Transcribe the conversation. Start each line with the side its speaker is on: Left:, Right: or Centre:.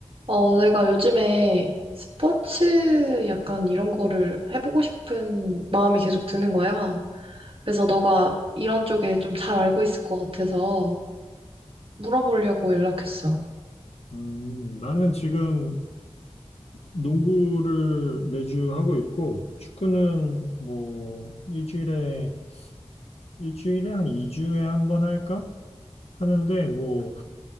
Right: 어, 내가 요즘에 스포츠 약간 이런 거를 해보고 싶은 마음이 계속 드는 거야. 그래서 너가 이런 쪽에 좀 잘 알고 있을 것 같아서 물어보려고 연락했어.
Left: 음, 나는 지금 농구를 매주 하고 있고, 축구는 뭐, 일주일에, 일주일에 한 2주에 한 번 할까? 하는데, 뭐,